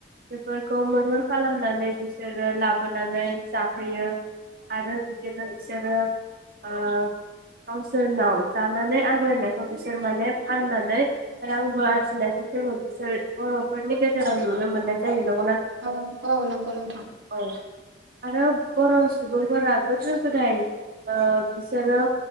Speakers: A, on the right; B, on the right.
A: बेफोरखौ मैहुर खालामनानै बिसोर आरो लाबोनानै जा फैयो आरो बिसोरो ओ गावसोरनाव जानानै आर फरायनायखौ बिसोर माने फाननानै रांबो आरजिनायखौ जोङो बिसोर बर'फोरनि गेजेराव नुनो मोननाय जायो नं
B: औ औ नंगौ नोंथां
A: औ आरो बर' सुबुंफोरा गोदो गोदाय ओ बिसोरो